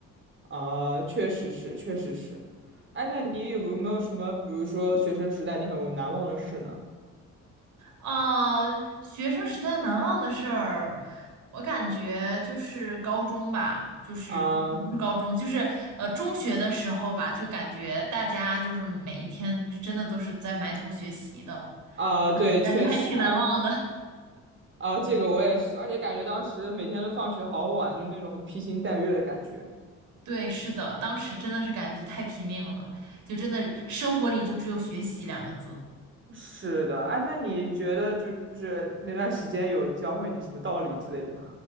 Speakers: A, on the right (about 40°); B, on the right (about 75°).
A: 啊，确实是，确实是。哎，那你有没有什么，比如说学生时代你很难忘的事呢？
B: 呃，学生时代难忘的事儿，我感觉就是高中吧，就是高不是高中，
A: 啊
B: 就是呃中学的时候吧，就感觉大家就是每一天就真的都是在埋头学习的，
A: 啊，对，
B: 感觉还挺难忘的。
A: 确实，哎啊，这个我也是，而且感觉当时每天都放学好晚，就那种披星戴月的感觉。
B: <laughs> 对，是的，当时真的是感觉太拼命了，就真的生活里就只有学习两个字，
A: 是的，哎，那你觉得就是那段时间有教会你什么道理之类的吗？